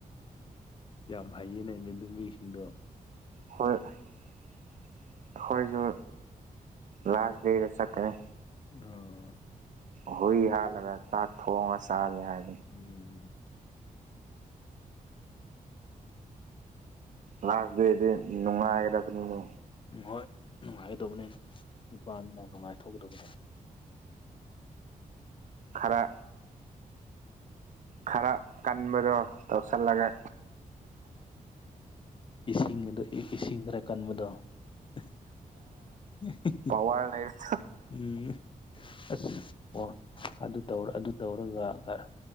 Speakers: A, on the left (about 35°); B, on the right (about 60°).
A: ꯌꯥꯝ ꯍꯩꯌꯦꯅꯦ ꯃꯤꯗꯨ ꯃꯤꯁꯤꯡꯗꯣ
B: ꯍꯣꯏ ꯑꯩꯈꯣꯏꯁꯨ ꯂꯥꯁ ꯗꯦꯗ ꯆꯠꯀꯅꯤ
A: ꯑ
B: ꯍꯨꯏ ꯍꯥꯠꯂꯒ ꯆꯥꯛ ꯊꯣꯡꯉꯒ ꯆꯥꯁꯦ ꯍꯥꯏ
A: ꯎꯝ
B: ꯂꯥꯁ ꯗꯦꯗꯤ ꯅꯨꯡꯉꯥꯏꯒꯘꯕꯅꯤꯅꯦ
A: ꯎꯝ ꯍꯣꯏ ꯅꯨꯡꯉꯥꯏꯒꯗꯕꯅꯤ ꯅꯨꯄꯥꯅꯤꯅ ꯅꯨꯡꯉꯥꯏꯊꯣꯛꯀꯗꯕꯅꯤ
B: ꯈꯔ ꯈꯔ ꯀꯟꯕꯗꯣ ꯇꯧꯁꯜꯂꯒ
A: ꯏꯁꯤꯡ ꯑ ꯏꯁꯤꯡ ꯈꯔ ꯀꯟꯕꯗꯣ ꯑꯍ <unintelligible>
B: ꯋꯥꯔꯥꯏꯐ
A: ꯎꯝ ꯑꯁ ꯑꯗꯨ ꯇꯧꯔ ꯑꯗꯨ ꯇꯧꯔꯒ ꯈꯔ